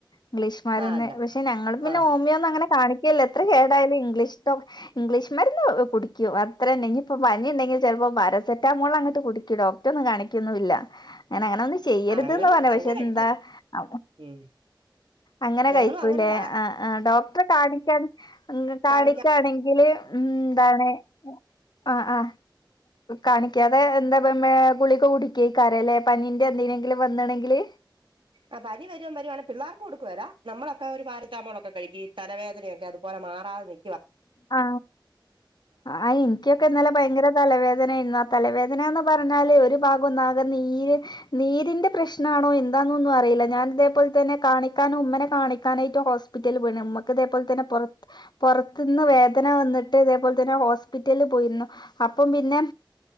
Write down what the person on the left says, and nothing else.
ഇംഗ്ലീഷ്മര്ന്ന്
പക്ഷെ ഞങ്ങൾ പിന്നെ
ഹോമിയോന്നുംങ്ങനെ കാണിക്കേല്ല ത്ര കേടായാലും ഇംഗ്ലീഷ്ട്ടം ഇംഗ്ലീഷ് മര്ന്ന് കുട്ക്കും അത്രന്നെ ഞ് പ്പം പനി ണ്ടെങ്കിൽ ചെല് പ്പോ പാരസെറ്റാമോൾ അങ്ങട്ട് കുടിക്കും ഡോക്റ്റെ ഒന്നും കാണിക്കൊന്നുല്ല ങ്ങനെ ങ്ങ നൊന്നും ചെയ്യരുത്
ന് പറഞ്ഞേ പക്ഷേ
ക്ഷെ എന്താ
അ
അങ്ങനെ
കഴിക്കൂല്ലേ
ആ ആ ഡോക്ടറെ കാണിക്കാൻ കാണിക്കാണെങ്കില്
ഉം ന്താണ് ആ ആ കാണിക്കാതെ എന്താ പ്പം എ ഗുളിക കുടിക്കേക്കാര ലേ പനീന്റെ എന്തേനെങ്കിലും വന്നീണെങ്കില്
ആ ആ ഇൻക്കൊക്കെ ന്നലെ ഭയങ്കര തലവേ നേയിരുന്നു ആ തലവേദന ന്ന് പറഞ്ഞാല് ഒരു ഭാഗം ഒന്നാകെ നീര് നീരിന്റെ പ്രശ്നാണോ എന്താന്നൊന്നും അറിയില്ല ഞാൻ ഇതേപോൽ തന്നെ കാണിക്കാനും ഉമ്മനെ കാണിക്കാനായിട്ട് ഹോസ്പിറ്റലിൽ പോയിന്ന് മ്മക്ക് ഇതേപോൽ തന്നെ പൊറത് പൊറത്ത്ന്ന് വേദന വന്നിട്ട് ഇതേപോൽ തന്നെ ഹോസ്പിറ്റലിൽ പോയിരുന്നു അപ്പം പിന്നെ